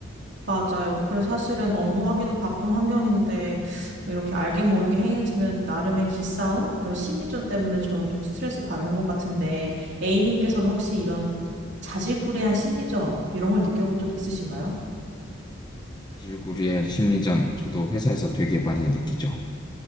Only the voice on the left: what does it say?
사실구리의 심리전 저도 회사에서 되게 많이 느끼죠.